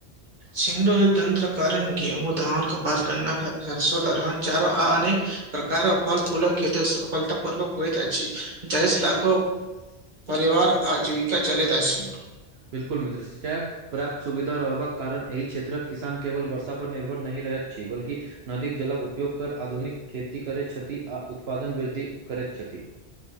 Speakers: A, on the right (about 45°); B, on the right (about 70°).
A: सिंडो तत्र करण गेहू धान कपास गन्ना सरसो दलन चारो आ अनेक प्रकार फल फूल खेतेसे सफलता पूर्वक हुइत छै जाहि ईलाका परिवार आजीविका चलैत अछि
B: बिलकुल मित्र सिंचाय प्राप्त सुविधा रहबाक कारण एहि क्षेत्रक किसान केवल वर्षा पर निर्भर नहिं रहैत छै बल्कि नदीक जलक उपयोग कर आधुनिक खेती करैत छथि आ उत्पादन वृद्धि करैत छथि